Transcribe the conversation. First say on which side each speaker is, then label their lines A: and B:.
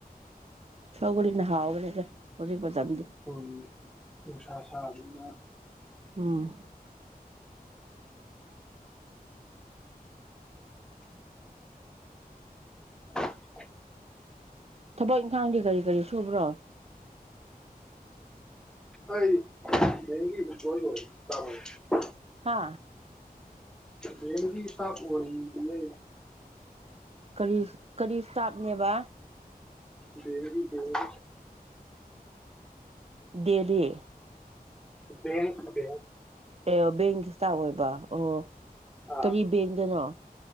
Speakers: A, on the right; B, in the centre.
A: ꯁꯣꯒꯔꯤꯅ ꯍꯥꯎꯕꯅꯤꯗ ꯍꯧꯖꯤꯛ ꯃꯇꯝꯗꯤ
B: ꯎꯝ ꯎꯁꯥꯁꯥ ꯗꯨꯝꯃ
A: ꯎꯝ
B: <inaudible>
A: ꯊꯕꯛ ꯏꯪꯈꯥꯡꯗꯤ ꯀꯔꯤ ꯀꯔꯤ ꯁꯨꯕ꯭ꯔꯣ
B: ꯑꯩ‌ ꯕꯦꯡꯒꯤ ꯏꯝꯄ꯭ꯂꫭꯌꯤ ꯑꫭꯏꯔꯤ ꯁ꯭ꯇꯥꯕ ꯑꫭꯏꯔꯤ
A: ꯍꯥ
B: ꯕꯦꯡꯒꯤ ꯁ꯭ꯇꯥꯕ ꯑꯣꯏꯔꯤꯌꯦ
A: ꯀꯔꯤ ꯀꯔꯤ ꯁꯇꯥꯞꯅꯦꯕꯥ
B: ꯕꯦꯡꯒꯤ ꯕꯦꯡꯒꯤ
A: ꯗꯦꯜꯂꯤ
B: ꯦꯡꯗꯦꯡ <unintelligible>
A: ꯑꯦ ꯕꯦꯡꯒꯤ ꯏꯁꯇꯥꯐ ꯑꯣꯏꯕ ꯑꯣ
B: ꯑꯥ
A: ꯀꯔꯤ ꯕꯦꯡꯗꯅꯣ